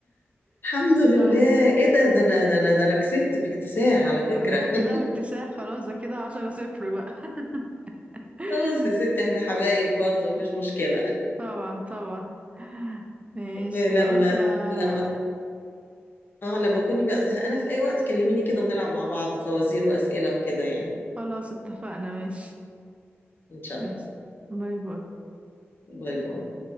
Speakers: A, on the left (about 50°); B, on the right (about 25°).
A: الحمد لله
B: صح
A: ايه ده ده انا ده انا ده انا كسبت باكتساح على فكرة
B: ده كده
A: <laughs>
B: باكتساح خلاص ده كده عشرة صفر بقى <laughs>
A: خلاص يا ستي احنا حبايب برضه مفيش مشكلة
B: طبعا طبعا ماشي
A: آه، لما
B: انا قلت آه،
A: لما اه لما تكوني بقى زهقانة في اي وقت كلميني كده ونلعب مع بعض فوازير واسئلة وكده يعني
B: خلاص اتفقنا ماشي
A: ان شاء
B: ماشي
A: الله
B: باي باي
A: شكرا للمشاهدة